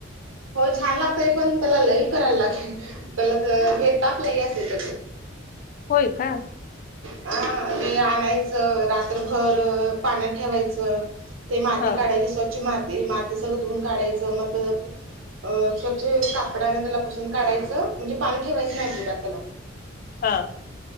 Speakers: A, on the right; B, on the left.
A: हो छान लागतय पण त्याला लई करायला लागेल त्याला हे तापलं असेेत
B: होय का
A: हा ते आणायचं रात्रभर पाण्यात ठेवायचं ते माती
B: हा
A: काढायची स्वच्छ माती माती सगळं धुऊून काढायचं मग अ स्वच्छ कापडाने त्याला पुसून काढायचं म्हणजे पाणी ठेवायचं नाही अजिबात त्याला
B: हां